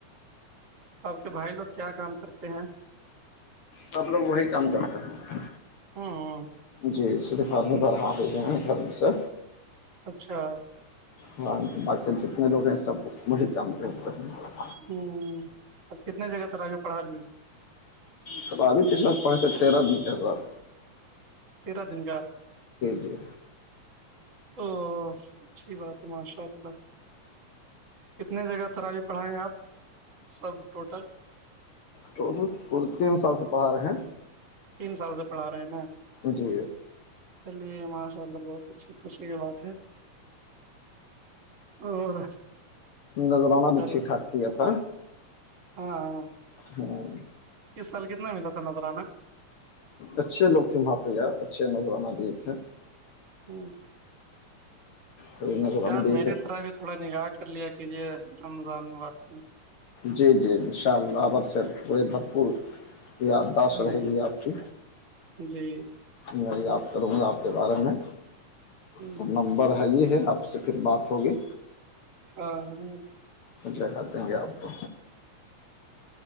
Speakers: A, on the right (about 35°); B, on the left (about 60°).
A: آپ کے بھائی لوگ کیا کام کرتے ہیں
B: سب لوگ وہی کام کرتے ہیں
A: ہ
B: جی صرف اپمی بار حافظ ہیں گھر میں سے
A: اچھا
B: ہاں تو باتی جتنے لوگ ہیں سب وہی کام پ ہوتے ہیں
A: ہوں اب کتنے جگہ ت آگے پڑھا لیے
B: ک ابھی کسر پڑھے تھ تیرہ بیس ہزار
A: تیرہ دن کاا
B: جی
A: او اچھی بات ہے ماشاء اللہ کتنے جگہ تراوی پڑھائیں گے آپ سب ٹوٹل
B: تو تین سال سے پڑا رہے ہیں
A: تین سال سے پڑھا رہے ہیں نا
B: جی
A: چلیے ماشاء اللہ بہت اچھی خوشی کی بات ہے اور
B: نظرانہ بھی
A: در
B: ٹھیک ٹھاک کیا تھا
A: ہاں ہاں
B: ہاں
A: اس سال کتنا ملا تھا نظر آنا
B: اچھے لوگ تھے وہاں پہ یار اچھے نذرانہ دیے تھے
A: ہ
B: ہ ر دکانو
A: یار
B: دی
A: میری
B: تھ
A: طرح بھی تھوڑا نگاہ کر لیا کیجے رمضان مبارک میں
B: جی جی ان شاء اللہبر سے پورے بھرپور یادداشت
A: ہاں
B: رہے گی آپ کی
A: جی
B: میں یاد کروں گا آپ کے بارے میں
A: ہوں،
B: تو نمبر ہے یہ ہے آپ سے پھر بات ہوگی
A: ہاں ہ
B: جگات دیں گے آپ کو